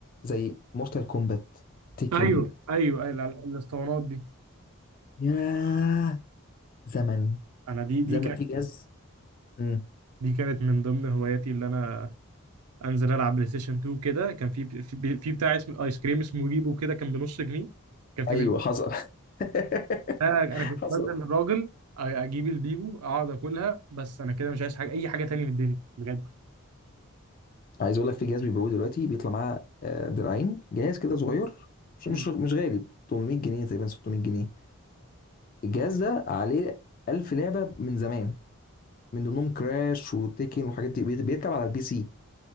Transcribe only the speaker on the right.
ايوه ايوه ايوه الع- الاسطوانات دي
انا دي دي
كانت
دي كانت من ضمن هواياتي اللي انا انزل العب بلاي ستيشن 2 كده كان في في, في بتاع اسمه ايس كريم اسمه بيبو كده كان بنص جنيه كان في
انا انا كنت
بنزل الراجل اجيب البيبو اقعد اكلها بس انا كده مش عايز حاجه اي حاجه تانية في الدنيا بجد
مم.